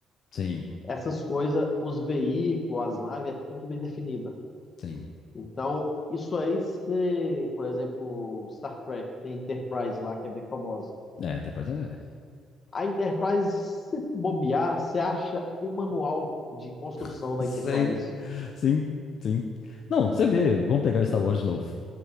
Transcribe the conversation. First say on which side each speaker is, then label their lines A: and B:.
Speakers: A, on the left (about 60°); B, on the left (about 40°).
A: Sim,
B: essas coisas, os veículos, as naves, é tudo bem definida.
A: sim.
B: Então, isso aí, se, por exemplo, Star Trek, tem a Enterprise lá, que é bem famosa.
A: É, até pra dizer.
B: A Enterprise, se bobear, você acha o manual de construção
A: <laughs>
B: da
A: Sim.
B: Enterprise.
A: Sim, sim. Não, você vê, vamos pegar Star Wars de novo.